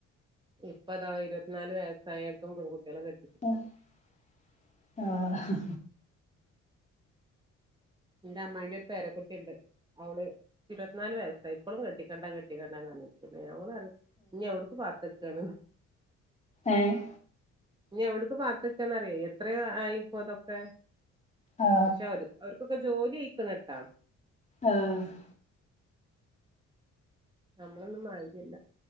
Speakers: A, on the right; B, on the left.
A: ഇപ്പതാ ഇരത്ത് നാല് വയസ്സായട്ടും പെൺകുട്ട്യേള് കെട്ടി
B: അഹ് ആഹ്
A: ന്റെ അമ്മായിന്റൊരു പേരക്കുട്ടിണ്ട് അവള് ഇരത്ത്നാല് വയസായി. ഇപ്പളും കെട്ടിക്കണ്ട കെട്ടിക്കണ്ടാന്നർഞ്ഞിര്ക്ക്ണ്ട്. <unintelligible> ഞ്ഞ് എവ്ടുക്ക് പാത്തക്കാണ്ന്ന്
B: ഏഹ്
A: ഇഞ്ഞ് എവിട്ക്ക് പാത്തക്കേന്നറ്യേ എത്രേ ആയിപ്പോ ഇതൊക്കെ.
B: ആ
A: പഷെ അവർ അവർക്കൊക്കെ ജോലി ആയ്ക്ക്ണ് ട്ടാ.
B: ആഹ്
A: ഞമ്മളൊന്നും മായ്ര്യല്ലാ